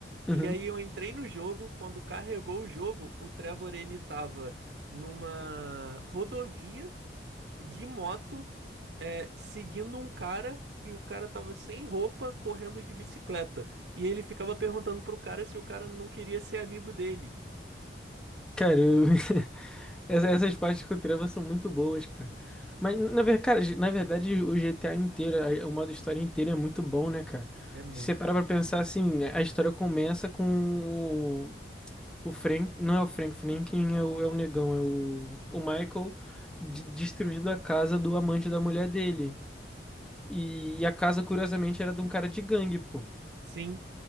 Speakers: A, in the centre; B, on the right.
A: Uhum.
B: E aí eu entrei no jogo, quando carregou o jogo, o Trevor ele tava numa rodovia de moto, é, seguindo um cara que o cara tava sem roupa, correndo de bicicleta. E ele ficava perguntando pro cara se o cara não queria ser amigo dele.
A: Cara, eu- <laughs> essa- essas partes com o Trevor são muito boas, cara. Mas, na verdade, cara, ge- na verdade, o GTA inteiro, a- o modo história inteiro é muito bom, né, cara?
B: É muito,
A: Se você parar
B: cara.
A: pra pensar assim, a história começa com O Frank, não é o Frank Franklin, é o, é o negão, é o, o Michael de- destruindo a casa do amante da mulher dele. E, e a casa, curiosamente, era de um cara de gangue, pô.
B: Sim,